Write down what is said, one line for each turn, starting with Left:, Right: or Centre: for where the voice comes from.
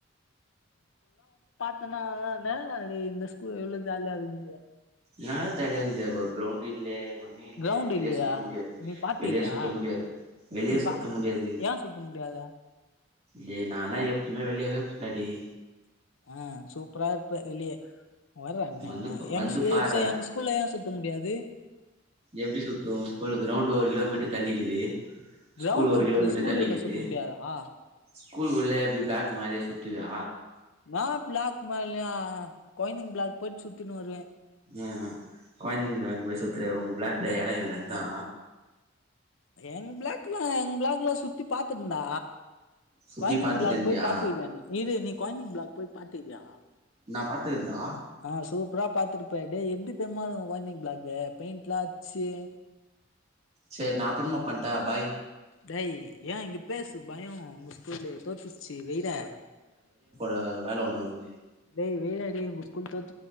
Left: அதனால்தா தே லி இந்த ஸ்கூல் இவ்ளோ ஜாலியாந்துது
Right: எனா ஜாலியாகுது ஒரு க்ரௌண்ட் இல்லே ஒன்னு இல்லே
Left: கிரௌண்ட்
Right: வெளியே
Left: இல்லையா
Right: சுத்த முடியாது
Left: நீ பாத்துக்கிறியா
Right: வெளியே சுத்த முடியாத் வெளியே
Left: நீ
Right: சுத்த
Left: பா
Right: முடியாது
Left: ஏன் சுத்த முடியாதா
Right: டே நாலா எப்புமே வெளியவே இர்ப்னேடா டேய்
Left: ஆ சூப்பரா இர்ப்ப வெளிய வர்றே அண்ணே
Right: வந்து
Left: எங்
Right: வந்து
Left: ஸ்கூ
Right: பார்றா
Left: ச எங் ஸ்கூல்ல ஏ சுத்த முடியாது
Right: எப்டி சுத்தூ ஸ்கூலு க்ரௌண்ட் ஒரு கிலோமீட்டர் தள்ளிக்கிது ஸ்கூல்
Left: கிரௌண்ட்
Right: ஒரு
Left: உட்ரு
Right: கிலோ மீட்டர்
Left: ஸ்கூல்
Right: தள்ளிக்கிது
Left: உள்ள சுத்த முடியாதா
Right: ஸ்கூல் உள்ள எப்டி ப்ளாக் மேல்யா சுத் த்துவ்யா
Left: நா ப்ளாக் மேல்யா கொயந்தைங் ப்ளாக் போயிட் சுத்தின் வருவே
Right: அ அ கொயைந்தைங் ப்ளாக் போய் சுத்துறே உங் ப்ளாக்ல எடோ இல்ல அதா
Left: எங் ப்ளாக்ல எங் ப்ளாக்ல சுத்தி பாத்துன்டா
Right: சுத்தி
Left: கொயந்தைங்
Right: பாத்துட்டு
Left: ப்ளாக்
Right: இருந்தியா
Left: போய் பாத்துகியா நீ இரு நீ கொயைந்தைங் ப்ளாக் போய் பாத்துகியா
Right: நா பாத்துக்கிறன்டா
Left: ஆ சூப்ரா பாத்துர்ப்ப டேய் எப்டித் தெர்மாகூ கொயைந்தைங் ப்ளாக்கு பெயிண்ட்லா அச்சு
Right: செர் நா அப்றமா பண்ட்டா பாய்
Left: டேய் ஏ இங்க பேசு பயோ உங்க ஸ்கூலு தோத்துச்சு வெய்டா
Right: ஆ வேல ஒன்னுருகுது
Left: டேய் வெய் டா டேய் உங்க ஸ்கூல் தோத்